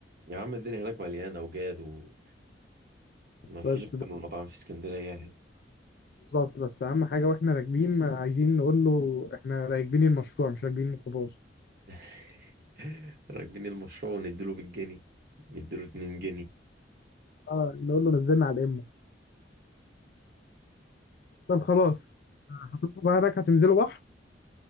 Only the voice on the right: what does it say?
يا عم الدنيا هناك مليانة وجاد وما فيش
أكتر من المطاعم في اسكندرية يعني
<laughs> راكبين المشروع ونديله بالجنيه نديله اتنين جنيه